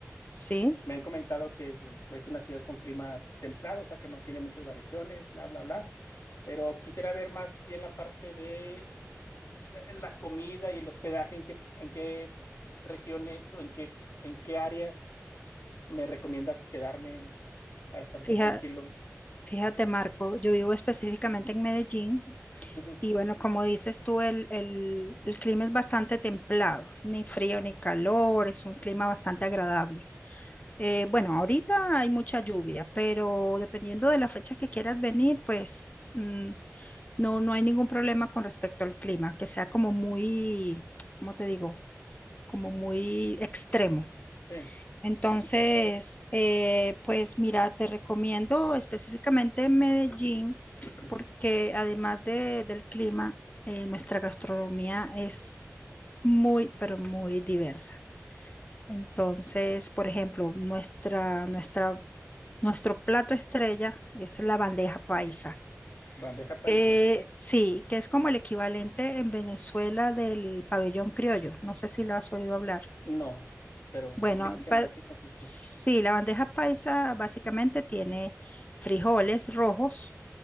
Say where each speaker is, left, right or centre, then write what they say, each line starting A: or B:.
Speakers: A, on the left (about 30°); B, on the left (about 55°).
A: sí.
B: Me han comentado que es pues, una ciudad con clima templado, o sea que no tiene muchas variaciones, bla, bla, bla, pero quisiera ver más bien la parte de la comida y el hospedaje, ¿en qué, en qué regiones o en qué, en qué áreas me recomiendas quedarme para estar
A: Fija-
B: tranquilo?
A: fíjate Marco, yo vivo específicamente en Medellín
B: Ujú,
A: y bueno, como dices tú, el, el el clima es bastante templado, ni frío ni calor, es un clima bastante agradable. Eh, bueno, ahorita hay mucha lluvia, pero dependiendo de la fecha que quieras venir, pues mm, no, no hay ningún problema con respecto al clima, que sea como muy, ¿cómo te digo? Como muy extremo.
B: Sí.
A: Entonces, eh, pues mira, te recomiendo específicamente Medellín,
B: <clears throat>
A: porque además de- del clima, eh, nuestra gastronomía es muy, pero muy diversa. Entonces, por ejemplo, nuestra, nuestra nuestro plato estrella es la bandeja paisa,
B: Bandeja paisa.
A: que sí, que es como el equivalente en Venezuela del pabellón criollo. No sé si lo has oído hablar.
B: No, pero explícame
A: Bueno, pa-
B: en qué consiste.
A: sí, la bandeja paisa básicamente tiene frijoles rojos